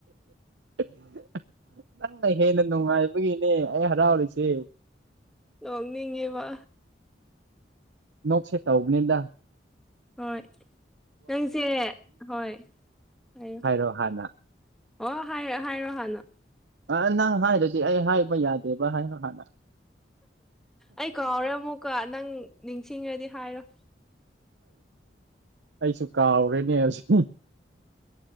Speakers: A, on the right; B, in the centre.
A: <inaudible> ꯅꯪꯅ ꯍꯦꯟꯅ ꯅꯨꯡꯉꯥꯏꯕꯒꯤꯅꯦ ꯑꯩ ꯍꯔꯥꯎꯔꯤꯁꯦ
B: ꯅꯣꯛꯅꯤꯡꯉꯤꯕ
A: ꯅꯣꯛꯁꯦ ꯇ ꯑꯣꯒꯅꯤꯗ
B: ꯍꯣꯏ ꯅꯪꯁꯦ ꯍꯣꯏ ꯍꯥꯏꯌꯨ
A: ꯍꯥꯏꯔꯣ ꯍꯥꯟꯅ
B: ꯑꯣ ꯍꯥꯏꯔ ꯍꯥꯏꯔꯣ ꯍꯥꯟꯅꯣ
A: ꯑ ꯅꯪ ꯍꯥꯏꯔꯗꯤ ꯑꯩ ꯍꯥꯏꯕ ꯌꯥꯗꯦꯕ ꯍꯥꯏꯅꯣ ꯍꯥꯟꯅ
B: ꯑꯩ ꯀꯥꯎꯔꯦ ꯑꯃꯨꯛꯀ ꯅꯪ ꯅꯤꯡꯁꯤꯡꯉ꯭ꯔꯗꯤ ꯍꯥꯏꯔꯣ
A: ꯑꯩꯁꯨ ꯀꯥꯎꯔꯦꯅꯦ ꯍꯧꯖꯤꯛ